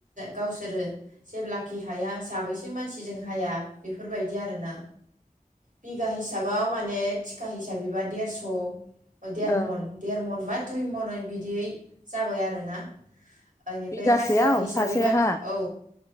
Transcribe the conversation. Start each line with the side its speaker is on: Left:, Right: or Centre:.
Right: गावसोरो जेब्लाखि हाया साबैसे मानसि जों हाया बेफोरबायदि आरोना बिघा हिसाबाव माने थिखा हिसाबैबा देरस' अ देर मन
Left: ओं
Right: देर मन बा दुइ मनयै बिदियै जाबाय आरोना। बेनिफ्राय
Left: बिगासेयाव
Right: हाजिरा हिसाबैबाथो
Left: सासे हा
Right: औ